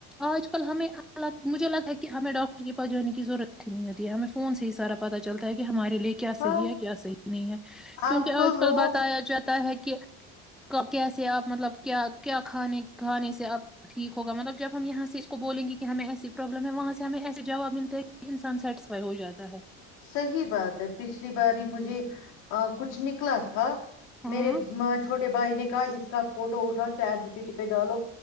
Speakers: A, in the centre; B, on the left.
A: آج کل ہمیں مجھے لگتا ہے کہ ہمیں ڈاکٹر کے پاس جانے کی ضرورت ہی نہیں ہوتی ہے ہمیں فون سے ہی سارا پتا چلتا ہے کہ ہماری لیے کیا
B: ہاں
A: صحی ہے کیا صح نہیں ہے کیونکہ
B: آپ تو
A: آج کل
B: لوگ
A: بتایا جاتا ہے کہ کہ کیسے آپ مطلب کیا کیا کھانے کھانے سے آپ ٹھیک ہوگا مطلب جب ہم یہاں سے اس کو بولیں گے کہ ہمیں ایسی پرابلم ہے وہاں سے ہمیں ایسے جواب ملتا ہے کہ انسان سیٹسفائی ہو جاتا ہے
B: صحیح بات ہے پچھلی باری مجھے کچھ نکلا تھا
A: ہاں
B: میرے ما چھوٹے چھوٹے بھائی نے کہا اس کا فوٹو اٹھاؤ چار جی پیٹ پہ ڈالو